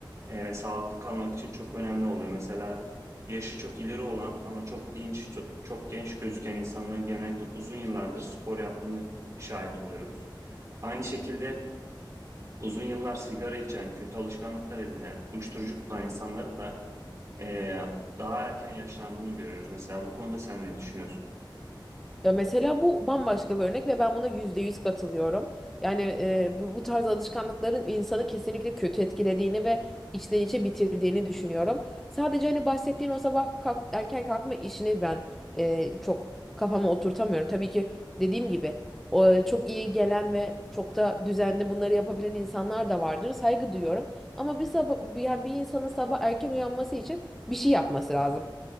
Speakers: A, on the right; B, in the centre.
A: e, ve sağlıklı kalmak için çok önemli oluyor. Mesela Yaşı çok ileri olan ama çok dinç, çok, çok genç gözüken insanların genellikle uzun yıllardır spor yaptığını şahit oluyoruz. Aynı şekilde uzun yıllar sigara içen, kötü alışkanlıklar edinen, uyuşturucu kullanan insanların da eee, daha erken yaşlandığını görüyoruz. Mesela bu konuda sen ne düşünüyorsun?
B: Ya mesela bu bambaşka bir örnek ve ben buna yüzde yüz katılıyorum. Yani e, bu, bu tarz alışkanlıkların insanı kesinlikle kötü etkilediğini ve içten içe bitirdiğini düşünüyorum. Sadece hani bahsettiğin o sabah kalk, erken kalkma işini ben e, çok kafama oturtamıyorum. Tabii ki dediğim gibi o, çok iyi gelen ve çok da düzenli bunları yapabilen insanlar da vardır. Saygı duyuyorum. Ama bir sabah, bir, yani bir insanın sabah erken uyanması için bir şey yapması lazım.